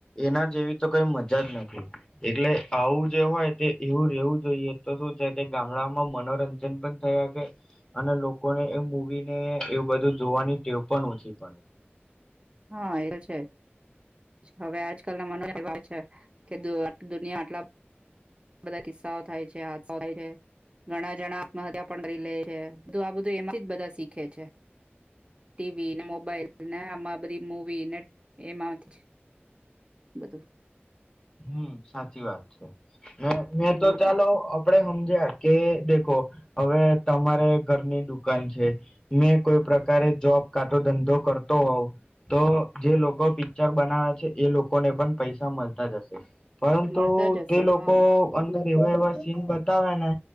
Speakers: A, on the left; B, on the right.
A: એના જેવી તો કઈ મજા જ નથી એટલે આવું જે હોય તે એવું રહેવું જોઈએ તો શું છે કે ગામડામાં મનોરંજન પણ થયા છે અને લોકોને એ મૂવી ને એવું બધું જોવાની ટેવ પણ ઓછી પડે.
B: હા એ છે હવે આજકાલ ના <unintelligible> એવા હોય છે કે આ દુનિયા આટલા બધા કિસ્સાઓ થાય છે હાત્સા થાય છે ઘણા જણા આત્મહત્યા પણ કરી લેય છે આ બધું એમાંથી બધા શીખે છે ટીવી ને મોબાઈલ ને આમાં બધી મુવી ને એમાંથી બધું.
A: હમ્મ. સાચી વાત છે. મે મેં
B: હમ.
A: તો ચાલો આપડે સમજ્યા કે દેખો હવે તમારે ઘરની દુકાન છે. મેં કોઈ પ્રકારે જોબ કા તો ધંધો કરતો હોવ તો જે લોકો પિક્ચર બનાવે છે એ લોકોને પણ પૈસા મળ તા જ હશે. પરંતુ
B: મળતા જ હશે
A: તે લોકો
B: હા
A: અંદર એવા એવા સીન બતાવે ને